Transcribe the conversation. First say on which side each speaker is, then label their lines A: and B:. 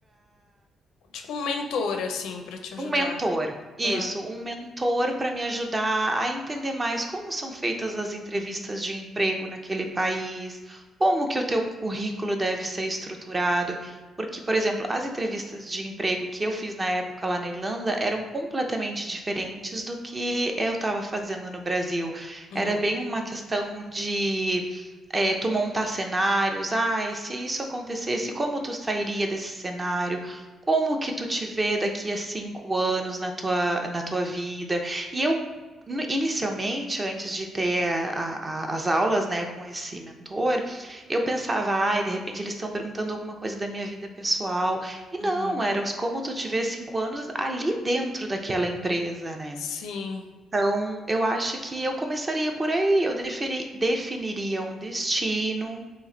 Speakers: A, on the left (about 85°); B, on the right (about 25°).
A: Tipo um mentor, assim, pra te ajudar.
B: Um mentor, isso,
A: Ah,
B: um mentor para me ajudar a entender mais como são feitas as entrevistas de emprego naquele país, como que o teu currículo deve ser estruturado, porque, por exemplo, as entrevistas de emprego que eu fiz na época lá na Irlanda eram completamente diferentes do que eu estava fazendo no Brasil.
A: uhum,
B: Era bem uma questão de eh, tu montar cenários, ah, e se isso acontecesse, como tu sairia desse cenário? como que tu te vê daqui a cinco anos na tua, na tua vida? E eu, no- inicialmente, antes de ter a- a- as aulas, né, com esse mentor, eu pensava, ai, de repente eles estão perguntando alguma coisa da minha vida pessoal. E não,
A: uhum.
B: era os como tu te vê cinco anos ali dentro daquela empresa, né?
A: Sim.
B: Então, eu acho que eu começaria por aí, eu deferi- definiria um destino,